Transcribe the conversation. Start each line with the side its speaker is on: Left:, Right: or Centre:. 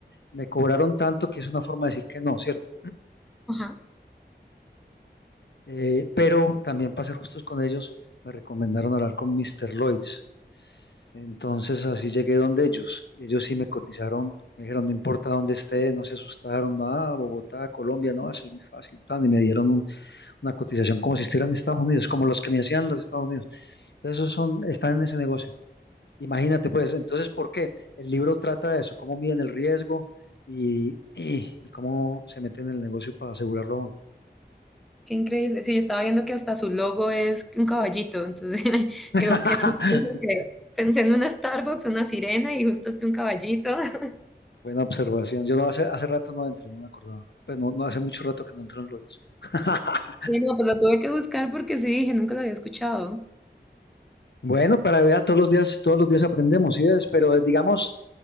Left: Me cobraron tanto que es una forma de decir que no, ¿cierto?
Centre: Ajá.
Left: Eh, pero también para ser justos con ellos, me recomendaron hablar con Mr. Lloyds. Entonces así llegué donde ellos. Ellos sí me cotizaron, me dijeron, no importa dónde esté, no se asustaron, nada, Bogotá, Colombia, no, eso es muy fácil. Tan, y me dieron un- una cotización como si estuvieran en Estados Unidos, como los que me hacían los Estados Unidos. Entonces esos son, están en ese negocio. Imagínate, pues, entonces, ¿por qué? El libro trata de eso, cómo miden el riesgo y, y- y cómo se meten en el negocio para asegurarlo uno.
Centre: Qué increíble. Sí, yo estaba viendo que hasta su logo es un caballito. Entonces, <laughs>
Left: <laughs>
Centre: digo, qué chistoso que pensé en una Starbucks, una sirena y justo este un caballito. <laughs>
Left: Buena observación. Yo no hace, hace rato no entro, no me acordaba. Pues no, no hace mucho rato que no entro en Lloyds. <laughs>
Centre: Sí, no, pues lo tuve que buscar porque sí, dije, nunca lo había escuchado.
Left: Bueno, para ver, todos los días, todos los días aprendemos, ¿sí ves? Pero eh, digamos,